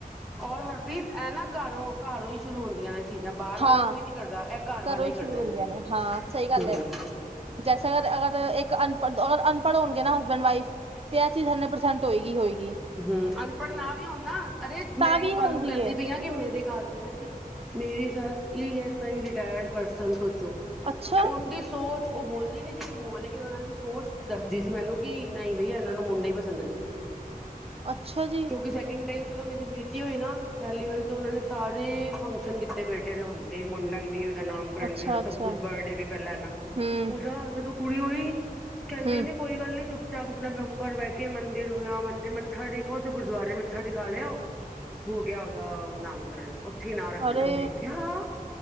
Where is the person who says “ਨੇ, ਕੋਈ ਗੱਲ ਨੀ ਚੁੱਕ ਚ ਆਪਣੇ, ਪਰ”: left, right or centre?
Centre